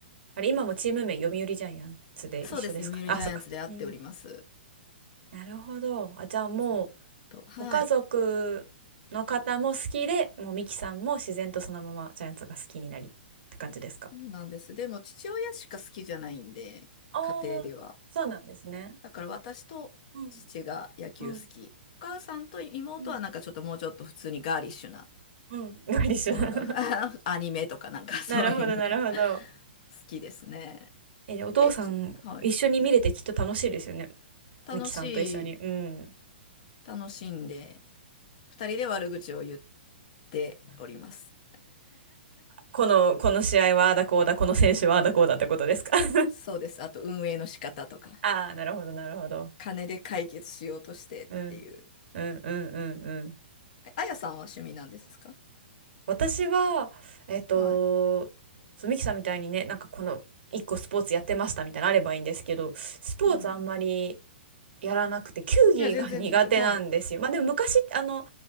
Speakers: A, on the right; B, on the left.
A: あれ、今もチーム名、読売ジャイアンツで一緒ですかね。
B: そうです。読売ジャイアンツで会っております。
A: あ、そっか。うん。なるほど。あ、じゃあもう、
B: ずっと。はい。
A: ご家族の方も好きで、もうミキさんも自然とそのままジャイアンツが好きになりって感じですか
B: そうなんです。でも父親しか好きじゃないんで、
A: ああー、
B: 家庭では。
A: そうなんですね。
B: だから私と父が野球好き。
A: うん、うん、
B: お母さんと妹はなんかちょっともうちょっと普通にガーリッシュな。
A: うん、うん。が一緒だ。
B: ものが、
A: <laughs>
B: <laughs> アニメとかなんか <laughs> そういうのが
A: なるほど、なるほど。
B: <laughs> 好きですね。
A: え、でお父さん、
B: え、ちょ、はい。
A: 一緒に見れてきっと楽しいですよね。
B: 楽しい、
A: ミキさんと一緒に。うん。
B: 楽しんで、二人で悪口を言っております。
A: この、この試合はああだこうだ、この選手はああだこうだってことですか <laughs>
B: そうです。あと運営の仕方とか、
A: ああ、なるほど、なるほど。
B: 金で解決しようとしてっていう。
A: うん、うん、うん、うん、うん。
B: えあやさんは趣味なんですか
A: 私は、えっと、
B: はい。
A: そう、ミキさんみたいにね、なんかこの、一個スポーツやってましたみたいなのあればいいんですけど、スポーツあんまり
B: うん。
A: やらなくて、球技が苦手なんですよ。
B: いや、全然全然。はい。
A: まあでも昔、あの、